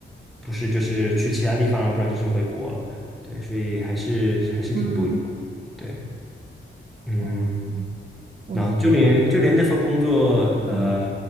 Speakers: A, in the centre; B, on the right.
A: 不是就是去其他地方，不然就是回国了。对，所以还是还是挺不一样。
B: 嗯，
A: 对，嗯。
B: 哦，我现在
A: 然后就连就连那份工作，
B: 嗯
A: 呃，